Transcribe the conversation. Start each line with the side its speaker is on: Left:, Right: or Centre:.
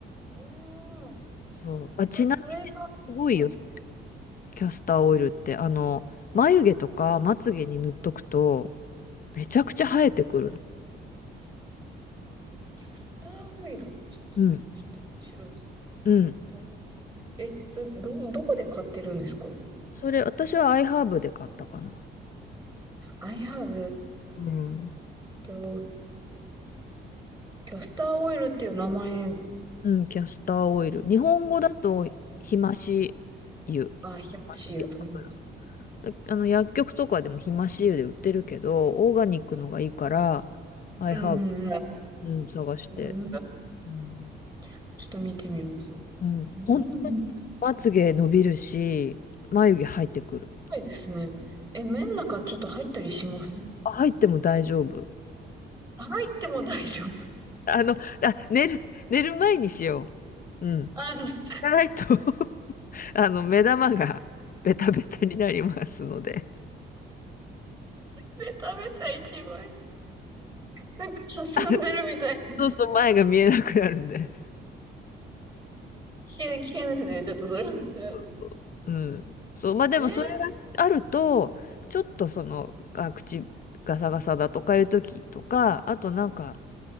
Right: あ
Left: そう。
Right: あ、あ、
Left: あ、
Right: そ、
Left: ちなみにすごいよ、
Right: それが、は
Left: キャスターオイルって。あの、眉毛とかまつげに塗っとくと、めちゃくちゃ生えてくるの。
Right: い。え、キャスターオイル。ちょっと、
Left: うん。
Right: ちょっと、白いです。
Left: うん。
Right: キャスターオイル。え、そ、ど、どこで買ってるんですか
Left: それ、私はアイハーブで買ったかな。
Right: ?I have,
Left: うん。
Right: と、キャスターオイルっていう名前
Left: うん、キャスターオイル。日本語だと、ひまし油。ひ
Right: がひましいと思います。
Left: まし油だあの、薬局とかでもひまし油で売ってるけど、オーガニックのがいいから、アイハー
Right: うん、うん、
Left: ブ、うん、探して。
Right: うん。ち
Left: うん。
Right: ょっと見てみます。
Left: うん。
Right: うん、
Left: 本当にまつげ伸びるし、
Right: うん。す
Left: 眉毛入ってくる。
Right: ごいですね。え、麺の中ちょっと入ったりしません
Left: あ入っても大丈夫。
Right: 入っても大丈夫。
Left: あの、あ、寝る、寝る前にしよう。うん。
Right: あ、<laughs> 水
Left: じゃないとあの、目玉が <laughs> ベタベタになりますので。
Right: で食べた一番。なんか、霞んでるみたい。
Left: <laughs> あそうそう、前が見えなくなるんで。
Right: 危険、危険ですね。ちょっとそれは。<laughs>
Left: そうそう。うん。そう、まあでもそれがあると、
Right: え
Left: ちょっとその、あ、口ガサガサだとかいう時とか、あとなんか、